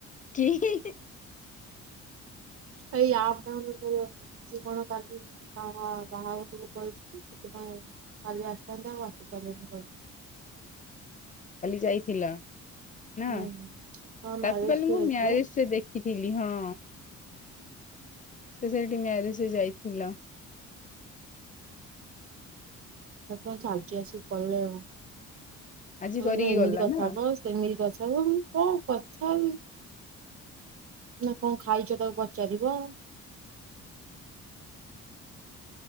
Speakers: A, on the left; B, on the right.
A: କିଏ
B: ଏଇ ଆପ୍ ଡାଉଁଲୋଡ୍ କରିବା ପାଇଁ ସେ କଣ କାଲି କଣ ବାହାହେଇକି ପଳେଇଛି ସେଥିପାଇଁ କାଲି ଆସିଥାନ୍ତେ ଆଉ ଆସିପାରିଲେନି
A: କାଲି ଯାଇଥିଲା ନା
B: ହୁଁ ହଁ ମ୍ୟାରେଜ
A: ତାକୁ କାଲି
B: କୁ
A: ମୁଁ
B: ଯାଇଥିଲେ
A: ମ୍ୟରେଜେ ରେ ଦେଖି ଦେଖିଥିଲି ହଁ ସେ ସେଇଠି ମ୍ୟାରେଜ୍ ରେ ଯାଇଥିଲା
B: ତା କଣ ସାଜି ଆସି କଲେ କହିଲେ
A: ଆଜି କରିକି
B: ଏମିତି
A: ଗଲା
B: କଥା
A: ନା
B: ବସ୍ କେମିତି କଥା ହୁଏ ମୁଁ କଣ କଥା ହେବି ସିଏ କଣ ଖାଇଚ ତାକୁ ପଚାରିବ